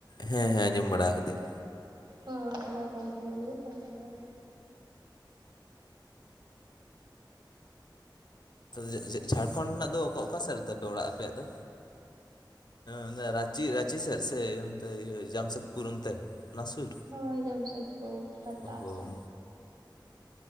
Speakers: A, on the left; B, on the right.
A: ᱦᱮᱸ ᱦᱮᱸ ᱟᱸᱡᱚᱢ ᱵᱟᱲᱟ ᱟᱠᱟᱫᱟᱹᱧ᱾
B: ᱦᱳᱭ ᱚᱱᱟ ᱠᱳᱢᱯᱟᱱᱤ ᱨᱮᱜᱮ ᱠᱟᱢᱤ ᱠᱟᱱᱟᱭ᱾
A: ᱡᱮᱡᱮ ᱡᱷᱟᱲᱠᱷᱚᱸᱰ ᱨᱮᱱᱟᱜ ᱫᱚ ᱚᱠᱟ ᱚᱠᱟ ᱥᱮᱫᱨᱮ ᱛᱟᱯᱮ ᱚᱲᱟᱜ ᱟᱯᱮᱭᱟᱜ ᱫᱚ? ᱚᱱᱛᱮ ᱨᱟᱸᱪᱤ ᱨᱟᱸᱪᱤ ᱥᱮᱫ ᱥᱮ ᱚᱱᱛᱮ ᱤᱭᱟᱹ ᱡᱟᱢᱥᱮᱫᱽᱯᱩᱨ ᱚᱱᱛᱮ? ᱚᱱᱟ ᱥᱩᱨ?
B: ᱦᱳᱭ ᱡᱟᱢᱥᱮᱫᱽᱯᱩᱨ ᱴᱟᱴᱟ
A: ᱚ ᱦᱚᱸ
B: ᱥᱮᱫ ᱾